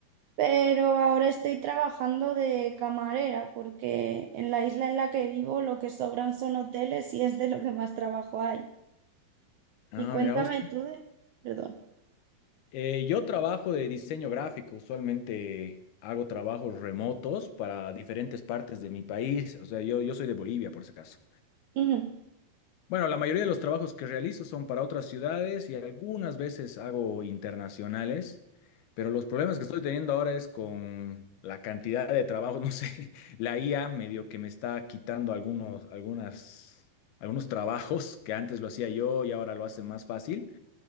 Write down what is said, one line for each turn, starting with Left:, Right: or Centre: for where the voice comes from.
Right: pero ahora estoy trabajando de camarera porque en la isla en la que vivo lo que sobran son hoteles y es de lo que más trabajo hay.
Left: Ah,
Right: Y cuéntame
Left: mira vos.
Right: tú de... Perdón.
Left: Eh, yo trabajo de diseño gráfico, usualmente hago trabajos remotos para diferentes partes de mi país, o sea, yo, yo soy de Bolivia por ese caso.
Right: Ujú.
Left: Bueno, la mayoría de los trabajos que realizo son para otras ciudades y algunas veces hago internacionales, pero los problemas que estoy teniendo ahora es con la cantidad de trabajo, <laughs> no sé, la IA medio que me está quitando algunos, algunas, algunos trabajos que antes lo hacía yo y ahora lo hace más fácil,